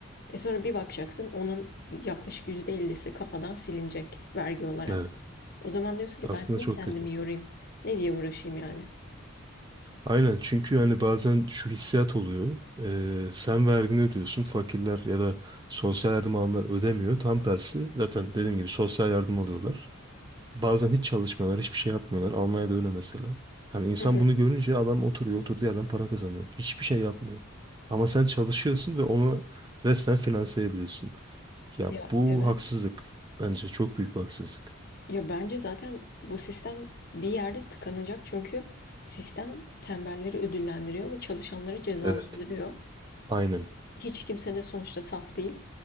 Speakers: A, on the left; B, on the right.
A: E sonra bir bakacaksın onun yaklaşık %50'si kafadan silinecek vergi olarak.
B: evet.
A: O zaman diyorsun ki
B: Aslında
A: ben niye
B: çok
A: kendimi
B: kötü.
A: yorayım? Ne diye uğraşayım yani?
B: Aynen çünkü hani bazen şu hissiyat oluyor. Ee, sen vergini ödüyorsun. Fakirler ya da sosyal yardım alanlar ödemiyor. Tam tersi zaten dediğim gibi sosyal yardım alıyorlar. Bazen hiç çalışmıyorlar, hiçbir şey yapmıyorlar. Almanya'da öyle mesela. Hani insan
A: Hı hı.
B: bunu görünce adam oturuyor, oturduğu yerden para kazanıyor. Hiçbir şey yapmıyor. Ama sen çalışıyorsun ve onu resmen finanse ediyorsun. Ya
A: Ya
B: bu
A: evet.
B: haksızlık. Bence çok büyük bir haksızlık.
A: Ya bence zaten bu sistem bir yerde tıkanacak çünkü sistem tembelleri ödüllendiriyor ve çalışanları cezalandırıyor.
B: Evet. Aynen.
A: Hiç kimse de sonuçta saf değil.